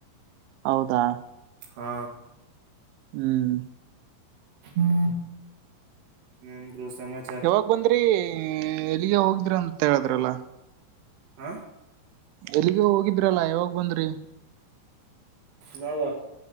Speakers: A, on the right; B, on the right.
A: ಹೌದಾ
B: ಹಾ
A: ಹ್ಮ್
B: ಹ್ಮ ನರು ಸಮಾ
A: ಯಾವಾಗ ಬಂದ್ರಿ ಎಲ್ಲಿಗೆ ಹೋಗಿದ್ರ ಅಂತ ಹೇಳಿದ್ರಲ್ಲ
B: ಆಾಂ
A: ಎಲ್ಲಿಗೆ ಹೋಗಿದ್ರಲ್ಲಾ ಯಾವಾಗ್ ಬಂದ್ರಿ
B: ನಾವ